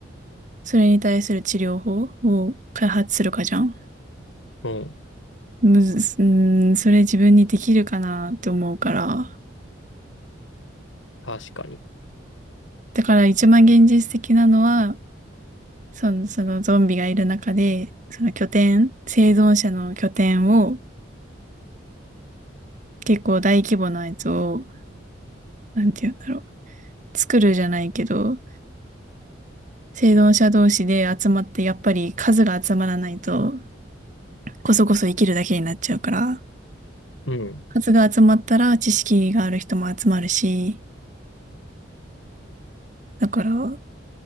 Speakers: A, on the right; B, on the left.
A: それに対する治療法を開発するかじゃん。
B: うん。
A: むず、うーん、それ自分にできるかなって思うから。
B: 確かに。
A: だから一番現実的なのは、その、そのゾンビがいる中で、その拠点、生存者の拠点を結構大規模なやつを、なんて言うんだろう。作るじゃないけど、生存者同士で集まって、やっぱり数が集まらないと、こそこそ生きるだけになっちゃうから。
B: うん、
A: 数が集まったら知識がある人も集まるし、だから、う